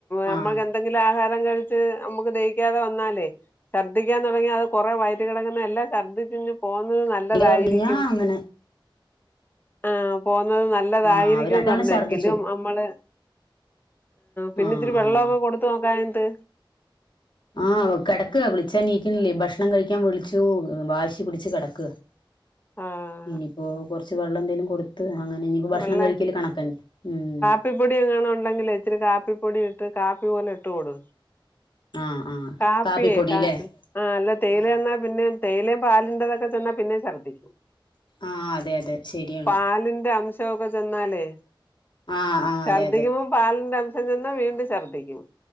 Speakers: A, on the left; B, on the left.
A: നമ്മൾ
B: ആഹ്
A: എന്തെങ്കിലും ആഹാരം കഴിച്ച് അമ്മ് ക്ക് ദഹിക്കാതെ വന്നാലേ ച്ചർദ്ദിക്കാൻ തൊടങ്ങിയാ കൊറെ വയറ്റ കെടങ്ങുന്ന എല്ലാം ഛർദിച്ചിങ് പോന്നത് നല്ലതായിരിക്കും.
B: ഇത് കഴിഞ്ഞാ അങ്ങനെ
A: ആഹ് പോകുന്നത് ന നല്ലതായിരികും
B: ആഹ് അവര് രണ്ടാളും
A: പറഞങ്കിലും
B: ഛർദ്ദിച്ചു
A: അമ്മള് പിന്നെത്തിരി
B: ആഹ് ആഹ്
A: വെള്ളൊവൊക്കെ കൊട് തോക്കായന്ത്
B: ആഹ് കെടക്ക വിളിച്ചാൻ നീക്കണില്ലേ ഭക്ഷണം കഴിക്കാൻ വിളിച്ചു വാശി പിടിച്ച് കെടക്ക.
A: ആഹ്
B: ഇനിയിപ്പോ കൊറച്ച് വെള്ളം എന്തെലും കൊടുത്ത് അങ്ങനെ ഭക്ഷണം
A: വെള്ള
B: കഴിക്കല് കണക്കന്നെ ഉം
A: കാപ്പിപ്പൊടി എങ്ങണ ഉണ്ടെങ്കിൽ ഇച്ചിരി കാപ്പിപ്പൊടി ഇട്ട് കാപ്പി പോലെ ഇട്ട്കൊട്
B: ആഹ് ആഹ്
A: കാപ്പിയെ
B: കാപ്പിപ്പൊടില്ലേ
A: കാപ്പി ആഹ് അല്ല തേയില
B: ആഹ്
A: ചെന്നാ പിന്നെ തേയിലേ പാലിന്റതൊക്കെചെന്നാ പിന്നേം ശര്ദിക്കും
B: ആഹ് അതെ അതെ ശരിയാണ്
A: പാലിന്റെ അംശ് ശോ ക്കെ ചെന്നാലേ
B: ആഹ് ആഹ്
A: ശർദിക്കുമ്പോ
B: അതെ അതെ
A: പാലിന്റെ അംശം ചെന്ന വീണ്ടും ഛർദ്ദിക്കും